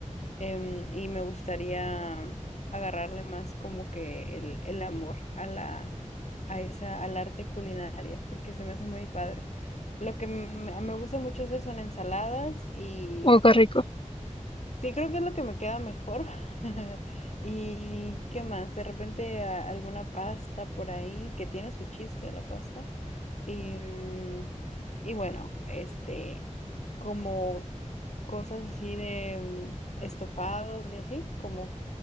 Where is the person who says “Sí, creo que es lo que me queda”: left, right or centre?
Left